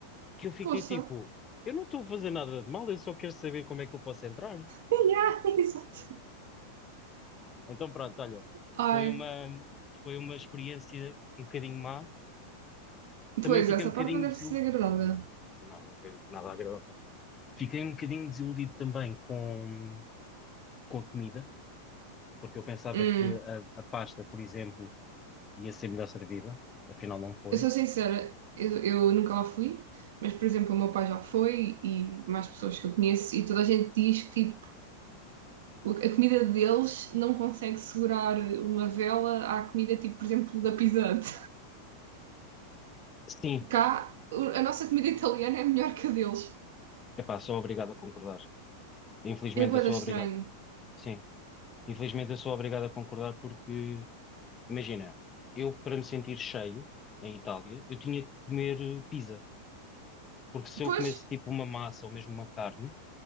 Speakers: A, on the left; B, on the right.
A: que eu fiquei
B: Poça.
A: tipo,
B: <laughs>
A: eu não estou a fazer nada de mal, eu só quero saber como é que eu posso entrar.
B: Yeah, exato.
A: Então pronto, olha,
B: Ai,
A: foi uma, foi uma experiência um bocadinho má. Também
B: pois,
A: fiquei
B: essa
A: um bocadinho
B: parte não deve
A: desiludido
B: ter sido agradável.
A: Não, não foi nada agradável. Fiquei um bocadinho desiludido também com, com a comida, porque eu pensava
B: Hum,
A: que a, a pasta, por exemplo, ia ser melhor servida. Afinal, não foi.
B: eu sou sincera, eu, eu nunca lá fui, mas, por exemplo, o meu pai já foi e mais pessoas que eu conheço, e toda a gente diz que, tipo, o- a comida deles não consegue segurar uma vela à comida, tipo, por exemplo, da Pizzante.
A: Sim,
B: Cá, o- a nossa comida italiana é melhor que a deles.
A: epá, sou obrigado a concordar. Infelizmente,
B: É bué
A: eu sou
B: da
A: obrigado.
B: estranho.
A: Sim, infelizmente, eu sou obrigado a concordar porque, imagina, eu para me sentir cheio em Itália, eu tinha que comer eh, pizza. Porque se eu
B: Pois,
A: comesse tipo uma massa ou mesmo uma carne,